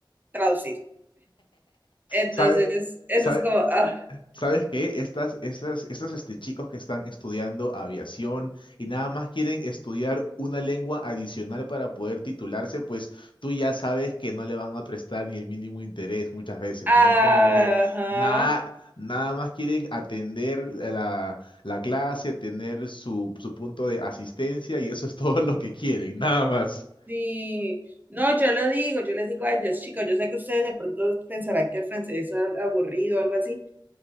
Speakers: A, on the right; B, on the left.
A: traducir. Entonces,
B: ¿Sabe-
A: eso
B: sabe-
A: es como... ah.
B: ¿Sabes qué? Estas, estas, estos este, chicos que están estudiando aviación y nada más quieren estudiar una lengua adicional para poder titularse, pues tú ya sabes que no le van a prestar ni el mínimo interés muchas veces,
A: Ajá.
B: ¿no? Como que nada, nada más quieren atender la, la clase, tener su, su punto de asistencia y eso es todo lo que quieren, nada más.
A: Sí, no, yo lo digo, yo les digo a ellos, chicos, yo sé que ustedes de pronto pensarán que el francés es al- aburrido o algo así,